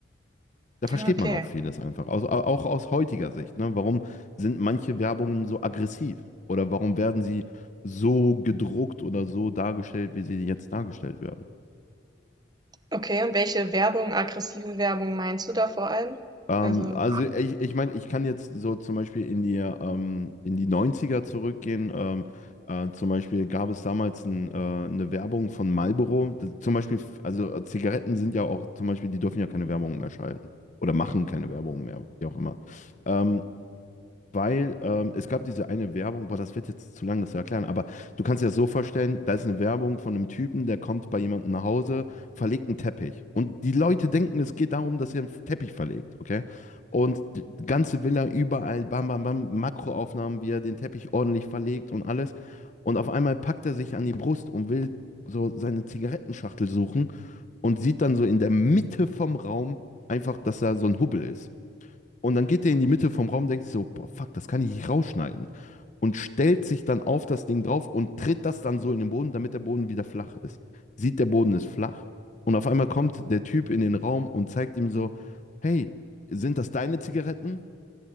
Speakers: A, on the left (about 40°); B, on the right (about 20°).
A: Da versteht
B: Ja, Okay.
A: man auch vieles einfach, aus, auch aus heutiger Sicht. Ne? Warum sind manche Werbungen so aggressiv? Oder warum werden sie so gedruckt oder so dargestellt, wie sie jetzt dargestellt werden?
B: Okay, und welche Werbung, aggressive Werbung meinst du da vor allem?
A: Ähm,
B: Also,
A: also ich, ich meine, ich kann jetzt so zum Beispiel in die, ähm, in die Neunziger zurückgehen. Ähm, äh, zum Beispiel gab es damals ein, äh, eine Werbung von Marlboro. Das, zum Beispiel, also äh, Zigaretten sind ja auch, zum Beispiel, die dürfen ja keine Werbung mehr schalten. Oder machen keine Werbung mehr, wie auch immer. Ähm, Weil ähm, es gab diese eine Werbung, boah, das wird jetzt zu lang, das zu erklären, aber du kannst dir das so vorstellen, da ist eine Werbung von einem Typen, der kommt bei jemandem nach Hause, verlegt einen Teppich. Und die Leute denken, es geht darum, dass er einen Teppich verlegt, okay? Und die ganze Villa überall, bam, bam, bam, Makroaufnahmen, wie er den Teppich ordentlich verlegt und alles. Und auf einmal packt er sich an die Brust und will so seine Zigarettenschachtel suchen und sieht dann so in der Mitte vom Raum einfach, dass da so ein Hubbel ist. Und dann geht der in die Mitte vom Raum, denkt sich so, boah, fuck, das kann ich nicht rausschneiden. Und stellt sich dann auf das Ding drauf und tritt das dann so in den Boden, damit der Boden wieder flach ist. Sieht, der Boden ist flach. Und auf einmal kommt der Typ in den Raum und zeigt ihm so, hey, sind das deine Zigaretten?